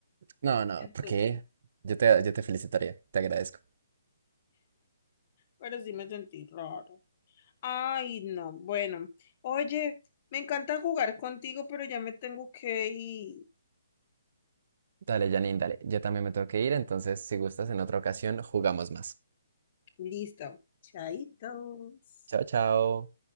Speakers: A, on the right (about 45°); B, on the left (about 30°).
A: No, no,
B: Entonces,
A: ¿por qué? Yo te, yo te felicitaría, te agradezco.
B: pero sí me sentí raro. Ay, no, bueno. Oye, me encanta jugar contigo, pero ya me tengo que ir.
A: Dale, Janine, dale. Yo también me tengo que ir, entonces si gustas en otra ocasión jugamos más.
B: Listo. Chaitos.
A: Chao, chao.